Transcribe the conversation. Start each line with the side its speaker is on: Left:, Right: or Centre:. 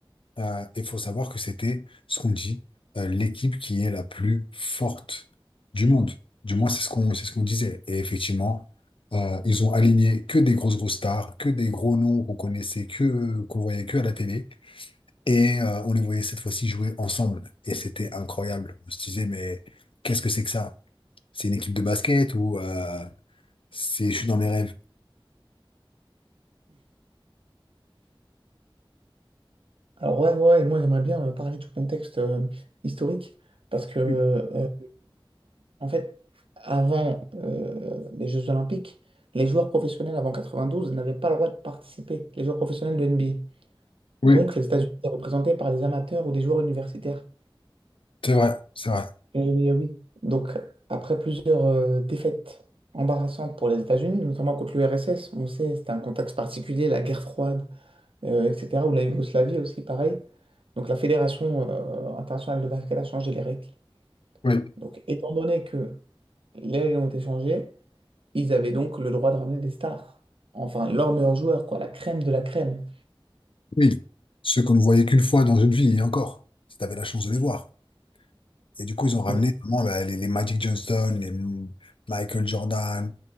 Left: Euh, il faut savoir que c'était ce qu'on dit, euh, l'équipe qui est la plus forte du monde. Du moins, c'est ce qu'on c'est ce qu'on disait. Et effectivement, euh, ils ont aligné que des grosses grosses stars, que des gros noms qu'on connaissait, que qu'on voyait que à la télé. Et euh, on les voyait cette fois-ci jouer ensemble. Et c'était incroyable. On se disait, mais qu'est-ce que c'est que ça? C'est une équipe de basket ou euh, c'est je suis dans mes rêves?
Right: Alors ouais, ouais, ouais, moi j'aimerais bien euh, parler du contexte euh, historique, parce que euh,
Left: Oui,
Right: en fait, avant euh, les Jeux Olympiques, les joueurs professionnels avant 92 n'avaient pas le droit de participer, les joueurs professionnels de NBA.
Left: oui,
Right: Donc les États-Unis étaient représentés par des amateurs ou des joueurs universitaires.
Left: c'est vrai, c'est vrai.
Right: Eh oui, eh oui. Donc, après plusieurs euh, défaites embarrassantes pour les États-Unis, notamment contre l'URSS, on sait, c'était un contexte particulier, la guerre froide, euh, etc., ou la Yougoslavie aussi, pareil. Donc, la Fédération euh, internationale de basket a changé les règles.
Left: Oui,
Right: Donc, étant donné que les règles ont été changées, ils avaient donc le droit de ramener des stars. Enfin, leurs meilleurs joueurs, quoi, la crème de la crème.
Left: oui. Ceux qu'on ne voyait qu'une fois dans une vie, et encore, si tu avais la chance de les voir. Et du coup, ils ont ramené
Right: Mais
Left: vraiment bah, les, les Magic Johnson, les M- Michael Jordan,